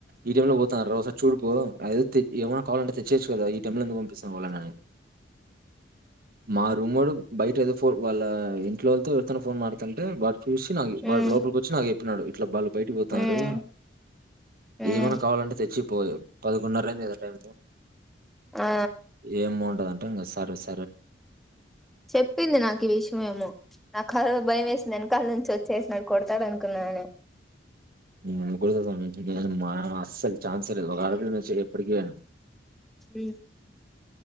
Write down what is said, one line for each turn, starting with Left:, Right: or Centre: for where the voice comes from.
Right: ఈ టైమ్ లో పోతన్నారు. ఒకసారి చూడుపో అది ఏమైనా కావాలంటే తెచ్చియొచ్చు కదా, ఈ టైంలో లో ఎందుకు పంపిస్తావ్ వాళ్ళని అని మా రూమ్ వోడు. బయట ఏదో ఫోన్ వాళ్ళ ఇంట్లోళ్తో ఎవర్తోనో ఫోన్ మాడుతుంటే వాడ్ చూసి నాకు వాడు
Centre: ఉమ్
Right: లోపలికి వచ్చి నాకు చెప్పినాడు, ఇట్లా వాళ్ళు బయట పోతన్నారు
Centre: ఉమ్ ఉమ్
Right: ఏమైనా కావాలంటే తెచ్చియ్. పోదు పదకొండున్నరయింది గా టైమ్
Centre: ఆ
Right: ఏం బావుంటదంటే ఇంగ అస్ అడ్రెస్
Centre: చెప్పింది నాకు ఈ విషమేమో నాఖ అదో భయం వేసింది వెనకాల నుంచి వచ్చేసిన న్ కొడుతాడు అనుకున్నానే
Right: నీ కోసం వచ్చింటేగన మనకు అస్సలు చాన్సే లేదు ఒక ఆడపిల్ల నేసు చూడు ఎప్పడికైనా
Centre: హ్మ్